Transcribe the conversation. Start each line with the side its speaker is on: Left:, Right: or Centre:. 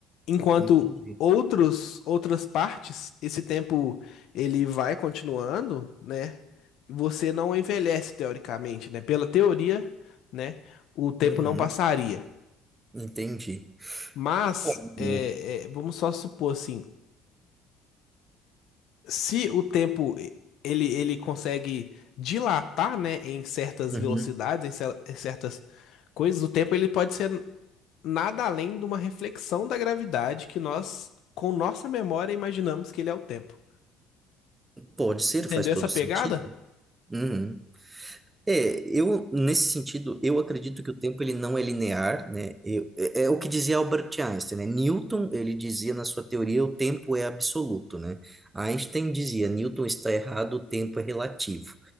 Left: Enquanto
Right: Entendi.
Left: outros, outras partes, esse tempo ele vai continuando, né? Você não envelhece teoricamente, né? Pela teoria, né? O tempo
Right: Uhum.
Left: não passaria.
Right: Entendi.
Left: Mas
Right: Uhum.
Left: é, é, vamos só supor assim, se o tempo e- ele, ele consegue dilatar, né? Em certas
Right: Uhum.
Left: velocidades, em, cer- em certas coisas, o tempo ele pode ser nada além de uma reflexão da gravidade que nós, com nossa memória, imaginamos que ele é o tempo.
Right: Pode ser,
Left: Entendeu
Right: faz todo
Left: essa pegada?
Right: sentido. Uhum. É, eu, nesse sentido, eu acredito que o tempo ele não é linear, né? Eu- é, é o que dizia Albert Einstein, né? Newton, ele dizia na sua teoria, o tempo é absoluto, né? Einstein dizia, Newton está errado, o tempo é relativo.